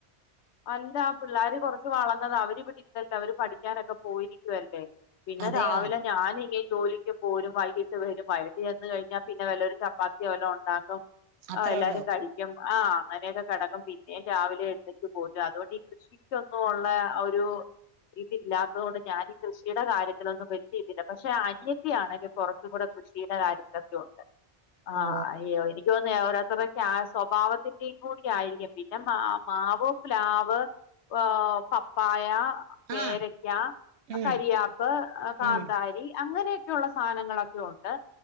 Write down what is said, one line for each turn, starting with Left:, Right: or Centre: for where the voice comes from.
Left: അല്ല പിള്ളോര് കൊറച്ച് വളർന്നതാ അവര് ഇവടില്ലല്ലോ അവര് പഠിക്കാനൊക്കെ പോയിരിക്കുവല്ലേ പിന്നെ
Right: അതെയോ
Left: രാവിലെ ഞാനിങ്ങെ ജോലിക്ക് പോരും വൈകിട്ട് വരും വൈകിട്ടി ചെന്ന് കഴിഞ്ഞാ പിന്നെ വല്ല ഒരു ചപ്പാത്തി വല്ല ഉണ്ടാക്കും
Right: അത്രേ
Left: ആഹ് എല്ലാരും
Right: ഉള്ളൂ
Left: കഴിക്കും ആഹ് അങ്ങനെക്കെ കിടക്കും പിന്നെ രാവിലെ എഴുന്നെ പോരും അതുകൊണ്ട് ഈ കൃഷിക്കൊന്നും ഉള്ളെ ആഹ് ഒരു ഇതി ഇല്ലാത്ത കൊണ്ട് ഞാനി കൃഷിയുടെ കാര്യത്തിലൊന്നും വെല്യേ ഇതില്ല പക്ഷെ അനിയത്തി ആണെങ്കി കുറച്ചും കൂടെ കൃഷിയുടെ കാര്യത്തിലൊക്കെ ഉണ്ട് ആഹ്
Right: ഓ
Left: അയ്യോ <unintelligible> ആ സ്വഭാവത്തിന്റെയും കൂടി ആയിരിക്കും പിന്നെ മാ മാവ് പ്ലാവ്, ആഹ് പപ്പായ പേരക്ക,
Right: ആഹ് ഉം
Left: കരിയാപ്പ്, കാന്താരി,
Right: ഉം
Left: അങ്ങനെ ക്കെള്ള സാനങ്ങളൊക്കെ ഉണ്ട്